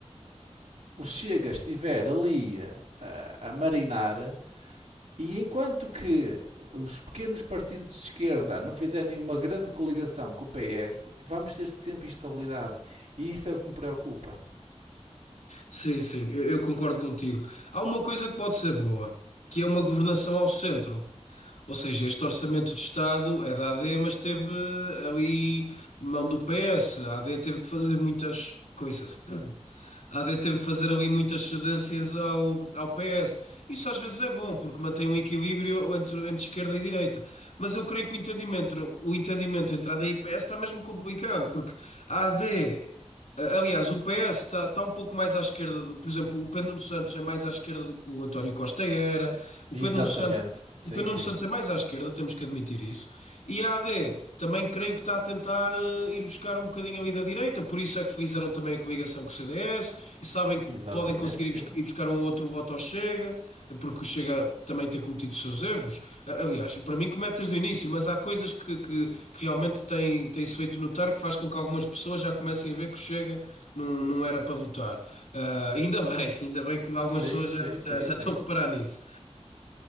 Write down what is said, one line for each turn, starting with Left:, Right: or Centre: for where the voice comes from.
Right: o Chega estiver ali a, a marinar e enquanto que os pequenos partidos de esquerda não fizerem uma grande coligação com o PS, vamos ter sempre instabilidade. E isso é o que me preocupa.
Left: Sim, sim, eu, eu concordo contigo. Há uma coisa que pode ser boa, que é uma governação ao centro. Ou seja, este orçamento de Estado é da AD, mas teve ali mão do PS. A AD teve que fazer muitas coisas. A AD teve que fazer ali muitas cedências ao, ao PS. Isso às vezes é bom, porque mantém um equilíbrio entre, entre esquerda e direita. Mas eu creio que o entendimento, o entendimento entre a D e PS está mesmo complicado, porque a AD. A- Aliás, o PS está está um pouco mais à esquerda, do- por exemplo, o Pedro Nuno Santos é mais à esquerda do que o António Costa era, o
Right: Exatamente.
Left: Pedro Nuno Santos,
Right: Sim,
Left: o Pedro
Right: sim.
Left: Nuno Santos é mais à esquerda, temos que admitir isso, e a AD também creio que está a tentar eh, ir buscar um bocadinho ali da direita, por isso é que fizeram também a coligação com o CDS, e sabem
Right: Exatamente,
Left: que podem conseguir
Right: sim.
Left: ir bus- ir ir buscar um outro voto ao Chega, porque o Chega também tem cometido os seus erros. A- Aliás, para mim comete desde o início, mas há coisas que, que, que realmente têm, têm-se feito notar que faz com que algumas pessoas já comecem a ver que o Chega não, não era para votar. Ah, ainda <laughs> bem, ainda bem que algumas
Right: Sim,
Left: pessoas
Right: sim,
Left: já,
Right: sim,
Left: já, já
Right: sim.
Left: estão a reparar nisso.